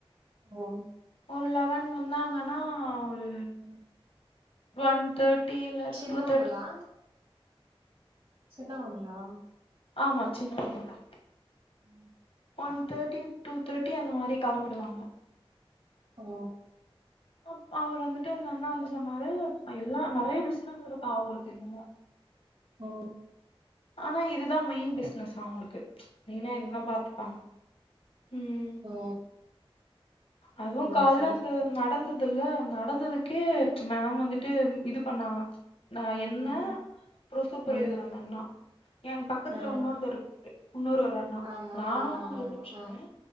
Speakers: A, on the right; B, on the left.
A: ஓ
B: ஒரு லெவன் வந்தாங்கன்னா ஒரு
A: ம்
B: ஒன் தேட்டி இல்ல
A: சின்னவங்களா
B: டூ தேட்டி
A: சின்னவங்ளா
B: ஆமா சின்னவங்கதான்
A: ம்
B: ஒன் தேட்டி டூ தேட்டி அந்த மாரி கெளம்பிடுவாங்க
A: ஓ
B: அப் அவர் வந்துட்டு அந்த அண்ணா வந்து சொன்னாரு எல்லா நெறையா பிசினஸ் இருக்கா அவுங்களுக்கு என்னமோ
A: ஓ
B: ஆனா இதுதான் மெயின் பிசினஸ்ஸா அவுங்களுக்கு மெயினா இது எல்லா பாத்துப்பாங்க ம்
A: ஓ
B: அதுவு
A: சரி
B: காலைல
A: சரி
B: அந்த நடந்ததுல்ல நடந்ததுக்கே
A: ம்
B: மேம் வந்துட்டு இது பண்ணாங்க நா என்ன
A: ம்
B: சூப்பர்வைசர்
A: ம்
B: அந்த அண்ணா என் பக்கத்துல
A: ஆ
B: இன்னொருத்தர் இருக் இன்னொரு ஒரு அண்ணா
A: ஆமா
B: நானு
A: ஆமா ஆமா
B: ஒரு ரிசப்ஷன்னு
A: ஆமா ஆ